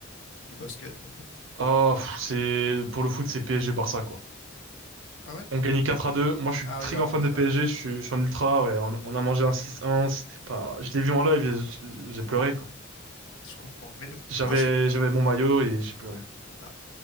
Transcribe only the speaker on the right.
Ah, pff, c'est pour le foot, c'est PSG Barça quoi.
On gagnait 4 à 2. Moi, je suis
très
grand
fan de PSG.
Je suis, je suis un ultra. Ouais, on, on a mangé un 6-1. C'était pas. Je l'ai vu en live. et j- J'ai pleuré quoi.
J'avais
j'avais mon maillot et j'ai pleuré.